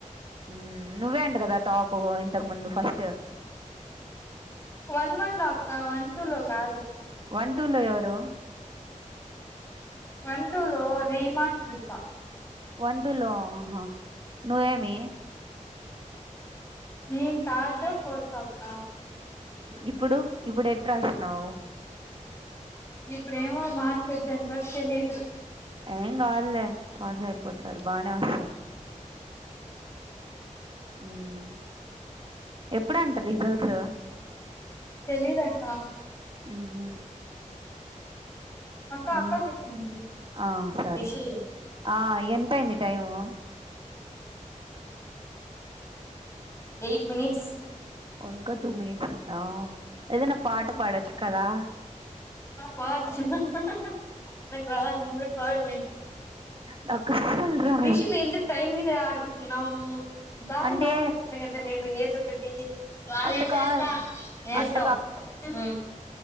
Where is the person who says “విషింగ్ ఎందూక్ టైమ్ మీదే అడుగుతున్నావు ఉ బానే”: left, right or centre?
Left